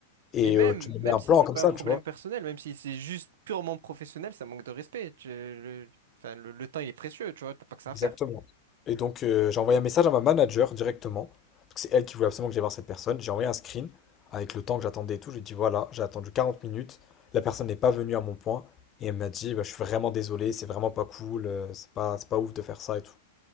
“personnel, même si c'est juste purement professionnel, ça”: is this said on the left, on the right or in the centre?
Right